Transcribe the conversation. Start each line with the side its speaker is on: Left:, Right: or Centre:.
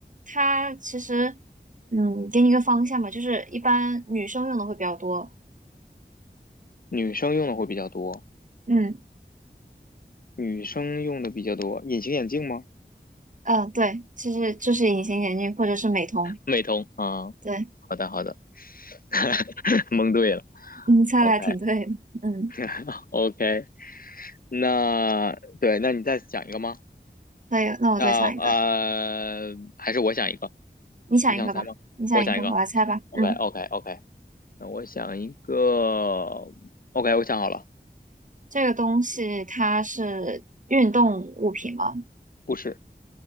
Right: 它其实，嗯，给你一个方向吧，就是一般女生用的会比较多。
Left: 女生用的会比较多，
Right: 嗯，
Left: 女生用的比较多。隐形眼镜吗？
Right: 嗯、对，其实就是隐形眼镜或者是美瞳。
Left: 美瞳啊，
Right: 对，
Left: 好的好的，<laughs> 蒙对了。
Right: 你猜的还挺对的。
Left: OK
Right: 嗯，
Left: <laughs> OK，那对，那你再想一个吗？
Right: 可以，那我再想一个，
Left: 啊呃，还是我想一个，
Right: 你想一个吧，
Left: 你想猜吗？
Right: 你想一个，
Left: 我想一个。
Right: 我来猜吧。
Left: OK
Right: 嗯，
Left: OK OK，那我想一个。OK，我想好了。
Right: 这个东西它是运动物品吗？
Left: 不是，